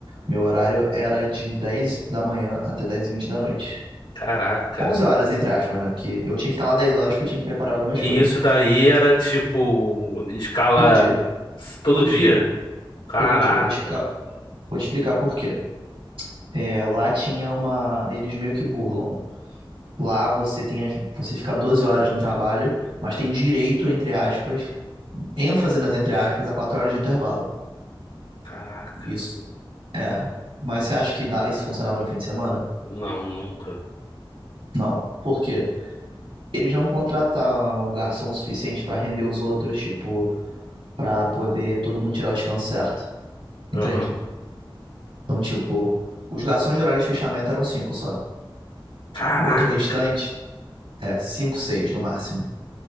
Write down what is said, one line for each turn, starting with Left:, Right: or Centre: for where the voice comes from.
Right: Meu horário era de 10 da manhã até 10h20 da noite.
Left: Caraca.
Right: 11 horas, entre aspas, né? Que eu tinha que estar lá 10 horas porque eu tinha que preparar algumas
Left: E
Right: coisas.
Left: isso daí era tipo escala
Right: Todo dia,
Left: s- todo
Right: todo
Left: dia?
Right: dia,
Left: Caraca.
Right: todo dia. Vou te explicar, vou te explicar por quê. É, lá tinha uma. Eles meio que burlam. Lá
Left: Uhum.
Right: você tem as- você fica 12 horas no trabalho, mas tem direito, entre aspas, ênfase nas entre aspas, a 4 horas de intervalo.
Left: Caraca.
Right: Isso. É. Mas você acha que dá- isso funcionava no fim de semana?
Left: Não, nunca.
Right: Não. Por quê? Eles não contrataram um garçom suficiente pra render os outros, tipo, pra poder todo mundo tirar o descanso certo.
Left: Aham.
Right: Entende? Então, tipo, os garçons de horário de fechamento eram cinco só.
Left: Caraca.
Right: O outro restante é cinco, seis no máximo.